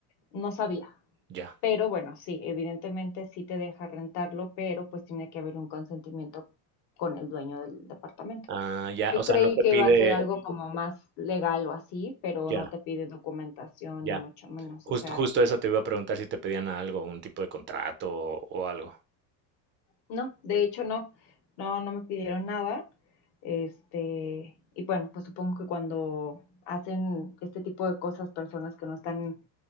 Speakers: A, on the left; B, on the right.
A: no sabía.
B: ya.
A: Pero bueno, sí, evidentemente sí te deja rentarlo, pero pues tiene que haber un consentimiento con el dueño del departamento.
B: Ah, ya,
A: Yo
B: o sea,
A: creí
B: no te
A: que
B: pide,
A: iba a ser algo como más legal o así, pero
B: ya,
A: no te pide documentación
B: ya.
A: ni mucho menos.
B: Justo,
A: O sea,
B: justo eso te iba a preguntar si te pedían algo, un tipo de contrato o, o algo.
A: no, de hecho no, no, no me pidieron nada. Este, y bueno, pues supongo que cuando hacen este tipo de cosas personas que no están